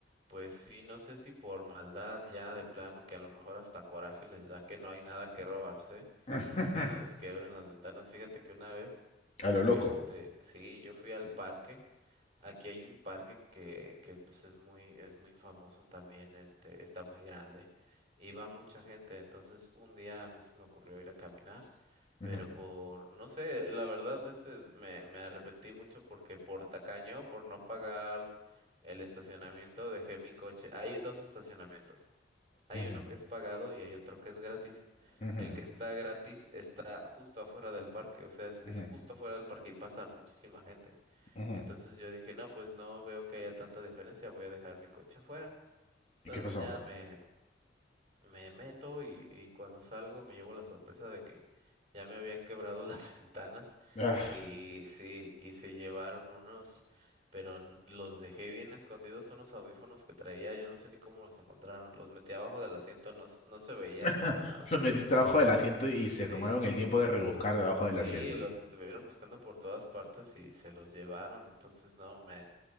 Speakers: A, on the right; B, on the left.
A: Pues sí, no sé si por maldad ya de plano, que a lo mejor hasta coraje les da que no hay nada que robarse
B: <laughs>
A: y les quebran las ventanas. Fíjate que una vez
B: A lo loco.
A: Este, sí, yo fui al parque. Aquí hay un parque que, que pues es muy, es muy famoso también, este, está muy grande y va mucha gente. Entonces, un día a mí se me ocurrió ir a caminar,
B: Ujú,
A: pero por, no sé, la verdad ese es- me, me arrepentí mucho porque por tacaño, por no pagar el estacionamiento, dejé mi coche. Hay dos estacionamientos. Hay
B: ujú,
A: uno que es pagado y hay otro que es gratis.
B: ujú,
A: El que está gratis está justo afuera del parque, o sea, es, es
B: ujú,
A: justo afuera del parque y pasa muchísima gente.
B: ujú.
A: Entonces yo dije, no, pues no veo que haya tanta diferencia, voy a dejar mi coche afuera. Entonces
B: ¿Y qué pasó?
A: ya me, me meto y, y cuando salgo me llevo la sorpresa de que ya me habían quebrado las <laughs> ventanas
B: Ah,
A: y sí, y se llevaron unos, pero n- los dejé bien escondidos unos audífonos que traía, yo no sé ni cómo los encontraron, los metí abajo del asiento, no, s- no se veían
B: <laughs>
A: para nada.
B: lo metiste debajo del asiento y se tomaron
A: Sí,
B: el tiempo de rebuscar debajo
A: sí,
B: del asiento.
A: los estuvieron buscando por todas partes y se los llevaron, entonces no, me,